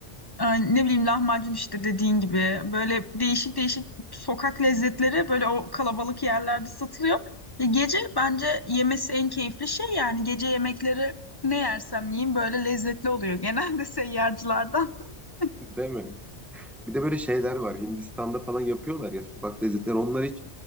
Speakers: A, on the left; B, in the centre.
A: Ay, ne bileyim lahmacun işte dediğin gibi böyle değişik değişik sokak lezzetleri böyle o kalabalık yerlerde satılıyor. E, gece bence yemesi en keyifli şey yani gece yemekleri ne yersem yiyeyim böyle lezzetli oluyor genelde seyyarcılardan. <laughs>
B: değil mi? Bir de böyle şeyler var Hindistan'da falan yapıyorlar ya sokak lezzetleri. onlar hiç